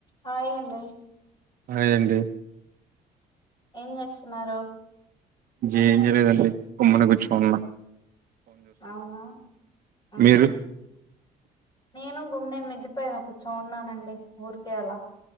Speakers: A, on the left; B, on the right.
A: హాయ్యండి
B: hi అండి
A: ఏం చేస్తున్నారు
B: ఏం చేయలేదండి గుమ్మున కూర్చోని ఉన్న
A: అవునా ఆహా
B: మీరు
A: నేను గుమ్నే మిద్దపైన కూర్చోనున్ననండి ఊరికే అలా